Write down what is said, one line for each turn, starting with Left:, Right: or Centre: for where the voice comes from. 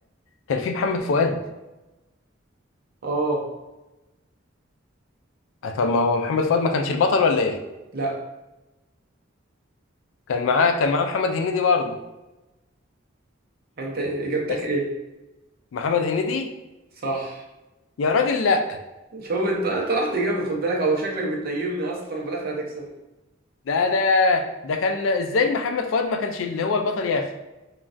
Left: كان في محمد فؤاد
Right: اه
Left: آه، طب ما هو محمد فؤاد ما كانش البطل ولا ايه
Right: لا
Left: كان معاه كان معاه محمد هنيدي برضه
Right: انت اجابتك
Left: بس
Right: ايه
Left: محمد هنيدي
Right: صح
Left: يا راجل لا
Right: شوف انت انت رحت جامد خد بالك او شكلك بتنيمني اصلا وفي الاخر هتكسب
Left: ده ده ده كان ازاي محمد فؤاد ما كانش اللي هو البطل يا اخي